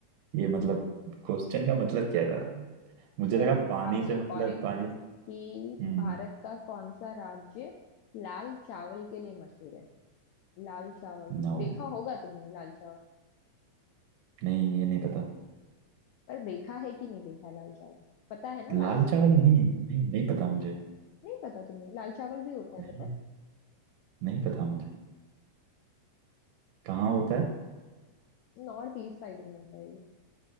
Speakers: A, on the right; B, on the left.
A: ये मतलब क्वेश्चन का मतलब क्या था मुझे
B: चलो
A: लगा पानी
B: अब
A: से
B: एक
A: मतलब
B: और
A: पानी से
B: कि
A: हम्म
B: भारत का कौन सा राज्य लाल चावल के लिए मशहूर है लाल चावल
A: नो
B: देखा होगा तुमने लाल चावल
A: नहीं ये नहीं पता
B: पर देखा है कि नहीं देखा है लाल चावल पता है ना
A: लाल
B: लाल चावल
A: चावल नहीं नहीं नहीं पता मुझे
B: नहीं पता तुमने लाल चावल भी होता है
A: नहीं
B: पता
A: नहीं पता मुझे कहाँ होता है
B: है नॉर्थ ईस्ट साइड में होता है ये